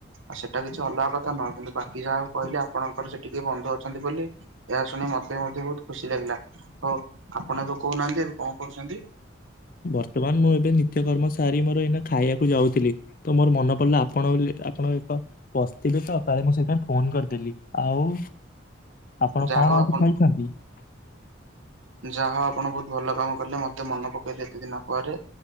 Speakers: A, on the right; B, on the left.
A: ଆଉ ସେଟା କି କିଛି ଅଲଗା କଥା ନୁହଁ କିନ୍ତୁ ବାକି ଯାହା ଆଉ କହିଲେ ଆପଣଙ୍କର ସେଠି କିଏ ବନ୍ଧୁ ଅଛନ୍ତି ବୋଲି ଏହା ଶୁଣି ମ ମତେ ମଧ୍ୟ ବହୁତ ଖୁସି ଲାଗିଲା ହଉ ଆପଣ ଏବେ କହୁନାହାନ୍ତି ଏବେ କଣ କରୁଛନ୍ତି?
B: ବର୍ତ୍ତମାନ ମୁଁ ଏବେ ନିତ୍ୟକର୍ମ ସାରି ମୋର ଏଇନା ଖାଇବାକୁ ଯାଉଥିଲି ତ ମୋର ମନେ ପଡିଲା ଆପଣ ବୋଲି ଆପଣ ଏକ ବସିଥିବେ ତ କାଳେ ମୁଁ ସେଥିପାଇଁ ଫୋନ କରିଦେଲି ଆଉ। ଆପଣ
A: ଯାହା
B: କଣ
A: ହଉ
B: ଆଜି
A: ଆପଣ
B: ଖାଇଛନ୍ତି? ହଁ
A: ଯାହା ଆପଣ ବହୁତ ଭଲ କାମ କଲେ ମତେ ମନ ପକେଇଲେ ଏତେ ଦିନ ପରେ